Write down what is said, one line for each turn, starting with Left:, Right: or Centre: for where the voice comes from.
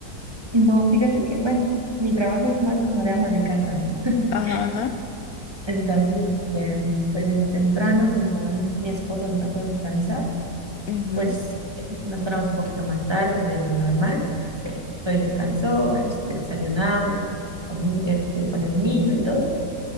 Right: no, fíjate que, bueno, mi trabajo es más como de ama de casa, ¿no? <laughs>
Left: Ajá, ajá.
Right: Entonces, este, pues desde temprano, como a mi esposo le tocó descansar,
Left: ujú.
Right: Pues eh, nos paramos un poquito más tarde de lo normal. eh, Soy descansó, este, desayunamos con, este, con el niño y todo.